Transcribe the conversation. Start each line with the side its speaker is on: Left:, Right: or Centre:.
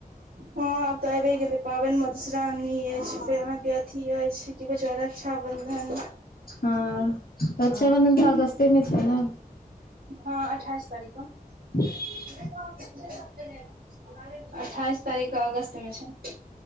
Right: हां तऽ आबे गेलै पाबैन म माेश्रामनी एछ फेर अहाँ के अथी एछ कि कहै छै रक्षाबंधन
Left: हां रक्षाबंधन तऽ अगस्ते मे छै ना।
Right: हां अठाएस तारीक के।
Left: <unintelligible>
Right: <unintelligible> अठाएस तारीक के अगस्त मे छै।